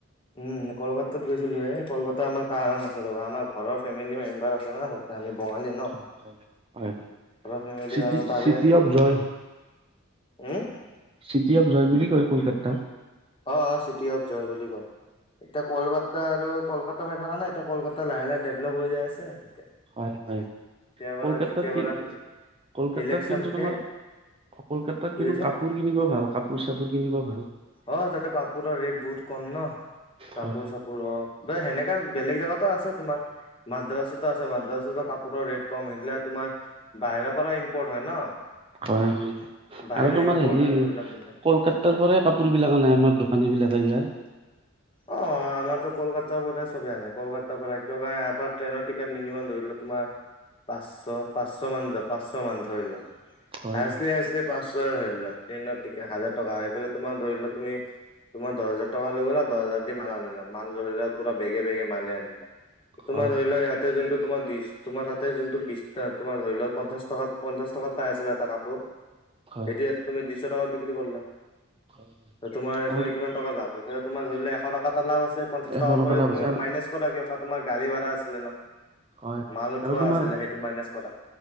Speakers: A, on the left (about 25°); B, on the right (about 25°).
A: উম কলকাতাত গৈছিলো হে কলকাতা আমাৰ কাৰণ আছে ৰবা আমাৰ ঘৰৰ ফেমিলি ফেমিলি মেম্বাৰ আছে ন তাতে আমি বঙালী ন
B: অ অ হয়,
A: ঘৰৰ ফেমিলি
B: চিটি
A: আৰু তাৰে
B: city of joy
A: um
B: city of joy বুলি কয় কলকাতা
A: অ অ চিটি অফ জয় বুলি কয় এতিয়া কলকাতা আৰু কলকাত হৈ থকা নাই, এতিয়া কলকাত লাহে লাহে ডেভলপ হৈ যায় আছে এতিয়া
B: হয়, হয়।
A: এতিয়া পৰা
B: কলকাতাত
A: যেতিয়া
B: কি
A: পৰা
B: কলকাতাত
A: ইলেকচন
B: কিন্তু
A: শেষ
B: তোমাৰ কলকাতাত
A: কি
B: কিন্তু
A: কৈছা
B: কাপোৰ কিনিব ভাল কাপোৰ চাপোৰ। কিনিব ভাল
A: অ' তাতে কাপোৰৰ ৰেট বহুত কম ন কাপোৰ
B: হয়
A: চাপোৰ হওঁক। এনেকা বেলেগ জেগাতো আছে তোমাৰ মাদ্ৰাছাতো আছে মাদ্ৰাছাতো কাপোৰৰ ৰেট কম সেইগলা তোমাৰ বাহিৰৰ পৰা ইম্পৰ্ট হয় ন'।
B: হয়, হয়
A: বাহিৰৰ
B: আৰু তোমাৰ
A: ইম্পৰ্ট
B: হেৰি
A: হয় সেইবিলাক পিন্ধে
B: কলকাত তাৰ পৰাই কাপোৰবিলাক আনাই আমাৰ দোকানীবিলাকে ইয়াৰ।
A: অ', আমাৰতো কলকাতাৰ পৰা চবে আনে কলকাতাৰ পৰা কিয় আপাৰ ট্ৰেইনৰ টিকেট মিনিমাম ধৰি লোৱা তোমাৰ পাঁচশ পাঁচশ মান যা পাঁচশ মান ধৰি লোৱা।
B: হয়
A: হায়েচলি হায়েচলি পাঁচ ধৰি লোৱা ট্ৰেইনত টে হাজাৰ টকা আহিলে তোমাৰ ধৰি লোৱা তুমি তোমাৰ দহ হাজাৰ টকা লৈ গ'লা। দহ হাজাৰ দি মাল আনিলা মান ধৰি লোৱা পুৰা বেগে বেগে মাল আনিলা। তোমাৰ
B: হয়
A: ধৰি
B: হয়
A: লোৱা ইয়াতে যোনটো তোমাৰ দিশ তোমাৰ তাতে যোনটো বিশ তোমাৰ ধৰি লওঁক পঞ্চাশ টকাত পঞ্চাশ টকাত পাই আছিলা এটা কাপোৰ।
B: হয়
A: সেইটো ইয়াত তুমি দিচ শ টকাত বিক্ৰী কৰলা।
B: হয়
A: তোমাৰ এইফালে
B: আৰু
A: কিমান টকা লাভ <unintelligible> তোমাৰ ধৰিলোৱা, এশ টকা এটা লাভ আছে, পঞ্চাশ
B: এখন
A: টকা কৰি
B: ক্লাব
A: তুমি
B: আছে আৰু
A: মাইনাছ কৰা এটা তোমাৰ গাড়ী ভাড়া আছিলে ন?
B: হয়, হয়,
A: মাল উঠোৱা
B: আৰু তোমাৰ
A: আছিলে সেইটো মাইনাছ কৰা